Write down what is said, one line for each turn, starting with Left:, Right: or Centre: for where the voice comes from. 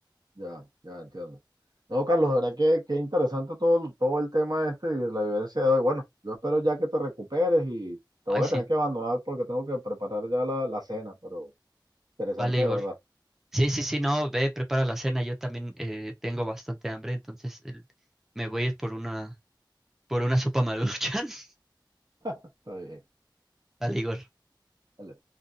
Right: Ya, ya entiendo. No, Carlos, de verdad que, que interesante todo, todo el tema este y la vivencia de hoy. Bueno, yo espero ya que te recuperes y te
Centre: Ay,
Right: voy
Centre: sí,
Right: a tener que abandonar porque tengo que preparar ya la, la cena, pero interesante
Centre: vale, Igor.
Right: de verdad.
Centre: Sí, sí, sí, no, ve, prepara la cena, yo también eh, tengo bastante hambre, entonces el- me voy a ir por una, por una sopa maruchan. <laughs>
Right: Está bien.
Centre: Vale, Igor.
Right: Dale.